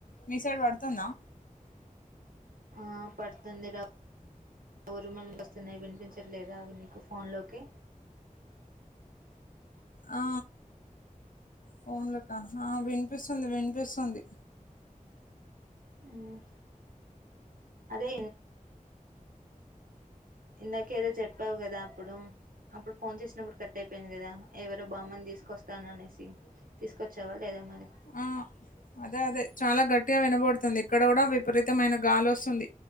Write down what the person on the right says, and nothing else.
ఆ పడుతుంది రా ఊరు ములు వస్తున్నాయి వినిపించట్లేదా అవి నీకు ఫోన్లోకి
హ్ అదే ఇందాక ఏదో చెప్పవు కదా అప్పుడు అప్పుడు ఫోన్ చేసినప్పుడు కట్ అయిపోయింది. కదా ఎవరో బామ్మను తీసుకొస్తాను అని అనేసి తీసుకొచ్చావా లేదా మరి